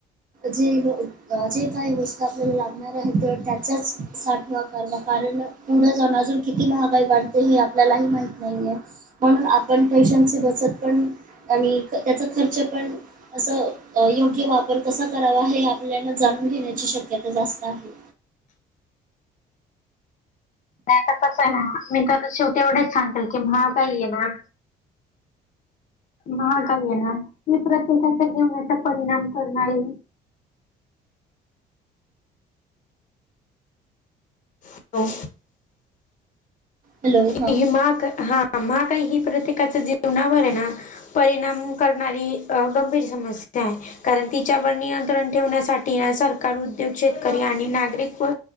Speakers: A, on the right (about 50°); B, on the left (about 50°).
A: जे जे काही गोष्ट आपल्याला लागणार आहे तर त्याचाच साठवा करावा कारण पुढं जाऊन अजून किती किती महागाई वाढते हे आपल्यालाही माहित नाहीये. म्हणून आपण पैशांची बचत करणं आणि त्याचा खर्च पण असं योग्य वापर कसा करावा हे आपल्याला जाणून घेण्याची शक्यता जास्त आहे.
B: नाही आता कसं आहे ना मी तर शेवटी एवढेच सांगेल महागाई आहे ना महागाई आहे ना इतरांच्या सारख जिवणावर परिणाम करणारी हॅलो
A: हॅलो हां
B: ही माग हा महागाई प्रत्येकाच्या जीवनावर आहे ना परिणाम करणारी अ गंभीर समस्या आहे. कारण तिच्यावर नियंत्रण ठेवण्यासाठी ना सरकार उद्योग शेतकरी आणि नागरिक व